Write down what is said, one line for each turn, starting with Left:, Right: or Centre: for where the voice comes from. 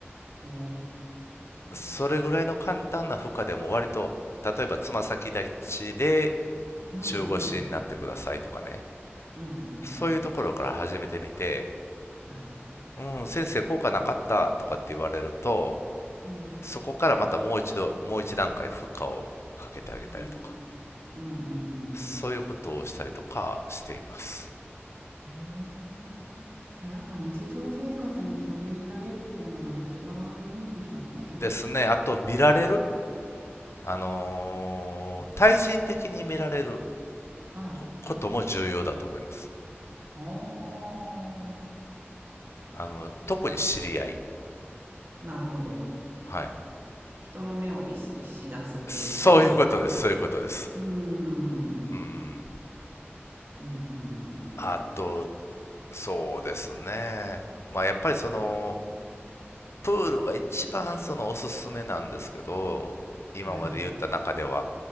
Right: お
Left: それぐらいの簡単な負荷でも割と、
Right: ー。
Left: 例えばつま先立ちで
Right: うん、
Left: 中腰になってくださいとかね。
Right: うん、うん、うん、うん、うん
Left: そういうところから始めてみて、
Right: はい。
Left: うん、先生効果なかったとかって言われると、
Right: うん、
Left: そこからまたもう一度、もう一段階負荷をかけてあげたりとか、
Right: うん、うん、うん、うん。
Left: そういうことをしたりとかしています。
Right: へえ。まあやっぱ日常生活に取り入れられるっていうのが一番いいんでしょうね。
Left: ですね。あと、見られるあのー対人的に見られる
Right: うんはい。
Left: こことも重要だと思います。
Right: おー。
Left: あの、特に知り合い。
Right: なるほど。
Left: はい。
Right: 人の目を意識し出すっていうことです。
Left: そういうことです。そういうことです。
Right: うーん。うん、
Left: うん。
Right: うん、うん、うん。
Left: あと、そうですね。まあ、やっぱりその、プールが一番そのおすすめなんですけど、今まで言った中では、
Right: はい。